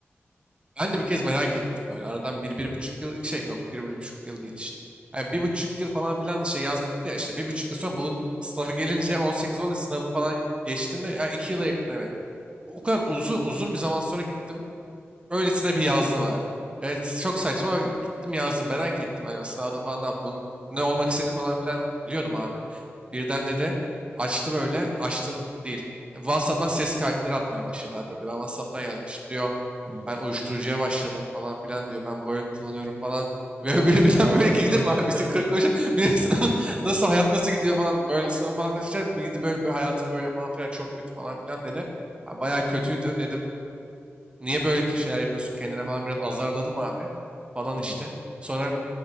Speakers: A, on the right (about 25°); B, on the right (about 40°).
A: Ben de bir kez merak ettim böyle aradan bir, bir buçuk yıl şey yok bir, bir buçuk yıl değil işte. Yani bir buçuk yıl falan filan işte yaz bitti ya işte bir buçuk yıl sonra bunun sınavı gelince on sekiz oldu sınavı falan geçtiğinde yani iki yıla yakın evet. O kadar uzun uzun bir zaman sonra gittim. Öylesine bir yazdım abi. Evet çok saçma ama gittim yazdım merak ettim. Hani sınavda falan ne yaptı bunun ne olmak istediğini falan filan biliyordum abi. Birden dedi açtı böyle açtı değil. WhatsApp'tan ses kayıtları atmaya başladı abi böyle. Ben WhatsApp'tan yazmışım diyor.
B: Hı.
A: Ben uyuşturucuya başladım falan filan diyor. Ben böyle kullanıyorum falan. <laughs> Böyle böyle bilen
B: Allah
A: böyle gelir
B: Allah.
A: mi
B: <laughs>
A: abi? Bizi kırk koş. <laughs> Bir sınav nasıl hayat nasıl gidiyor falan. Böyle sınavı falan da seçerim. Bir gidi böyle bir hayatım böyle falan filan çok kötü falan filan dedi. Ha, Bayağı kötüydü. Dedim Niye böyle ki şeyler yapıyorsun kendine falan biraz azarladım abi falan
B: Hı.
A: işte. Sonra